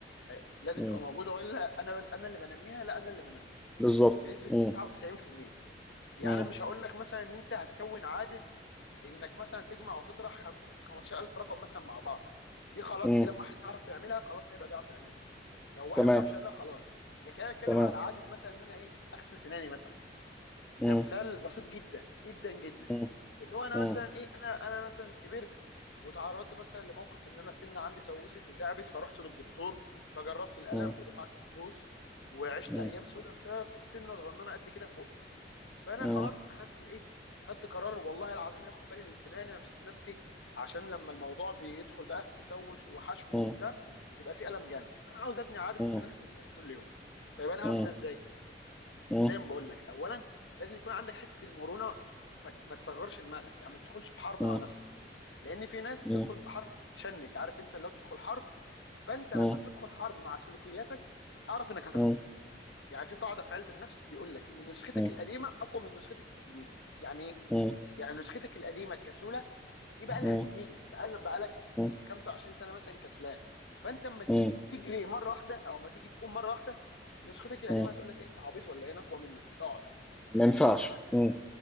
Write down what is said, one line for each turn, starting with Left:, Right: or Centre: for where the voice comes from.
Left: آه، لازم
Centre: مم.
Left: تبقى موجوده ولا انا انا اللي بنميها لا انا اللي بنميها
Centre: بالظبط
Left: بنسبه 99%
Centre: مم.
Left: يعني
Centre: مم.
Left: انا مش هقول لك مثلا ان انت هتكون عاده انك مثلا تجمع وتطرح خمس- 15000 رقم مثلا مع بعض دي خلاص
Centre: مم.
Left: دي لو واحد بيعرف يعملها خلاص هيبقى بيعرف يعملها لو واحد
Centre: تمام
Left: ما بيعرفش يعملها خلاص لكن انا بتكلم
Centre: تمام
Left: على عاده مثلا ان انا ايه اغسل سناني مثلا
Centre: مم.
Left: كمثال بسيط جدا جدا جدا
Centre: مم.
Left: اللي هو انا
Centre: مم.
Left: مثلا ايه انا انا مثلا كبرت وتعرضت مثلا لموقف ان انا سنه عندي سوست وتعبت فرحت للدكتور فجربت الالم
Centre: مم.
Left: ودفعت فلوس وعشت
Centre: مم.
Left: ايام سودة بسبب سنه صغننه قد كده في بقي فانا
Centre: مم.
Left: خلاص خدت ايه خدت قرار والله العظيم لا اخد بالي من سناني انا مش هسيب نفسي عشان لما الموضوع بيدخل بقى في تسوس وحشو
Centre: مم.
Left: وبتاع بيبقى فيه الم جامد فانا عاوز ابني عاده
Centre: مم.
Left: ان انا اغسل سناني كل يوم طيب انا
Centre: مم.
Left: هعمل ده ازاي
Centre: مم.
Left: دايما بقول لك اولا لازم يكون عندك حته المرونه ما ما تصغرش دماغك يعني ما تدخلش في حرب
Centre: مم.
Left: مع نفسك لان في ناس
Centre: مم.
Left: بتدخل حرب بتتشنج عارف انت لو بتدخل حرب فانت لما
Centre: مم.
Left: بتدخل حرب مع سلوكياتك اعرف انك هتخسر
Centre: مم.
Left: يعني في قاعده في علم النفس بيقول لك ان نسختك
Centre: مم. مم.
Left: القديمه اقوى من نسختك الجديده يعني ايه
Centre: مم.
Left: يعني نسختك القديمه الكسوله دي بقى
Centre: مم.
Left: لها سنين بقى بقى لك
Centre: مم.
Left: 25 سنه مثلا كسلان فانت اما تيجي
Centre: مم.
Left: تجري مره واحده او اما تيجي تقوم مره واحده نسختك القديمه
Centre: مم.
Left: هتقول لك انت عبيط ولا ايه انا اقوى منك اقعد
Centre: ما
Left: ما انتش
Centre: ينفعش
Left: عامل حاجه
Centre: مم.